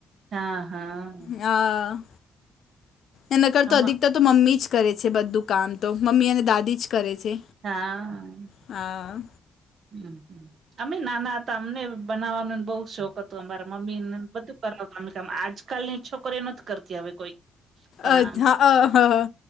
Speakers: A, on the right; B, on the left.
A: હા હા
B: હ એ ન કર
A: આમાં
B: તો અધિકતાર તો મમ્મી જ કરે છે બધું કામ તો મમ્મી અને દાદી જ કરે છે
A: હા
B: હા
A: હમ અમે નાના હતા અમને બનાવવાનુંને બહ શોખ હતું અમારા મમ્મી બધું કરવા કામ આજકાલ ની છોકરી નથી કરતી હ કોઈ પણ
B: અ્છા
A: આમ
B: હ હા